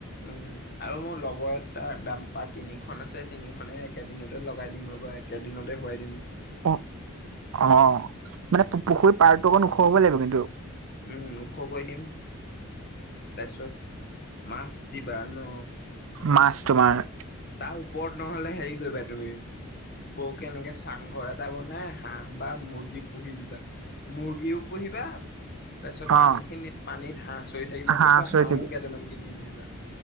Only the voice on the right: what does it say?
অ', অ, মানে, পুখুৰীৰ পাৰটো অকণ ওখ হ'ব লাগিব কিন্তু।
মাছ তোমাৰ
অ
হাঁহ
চৰি
থাকি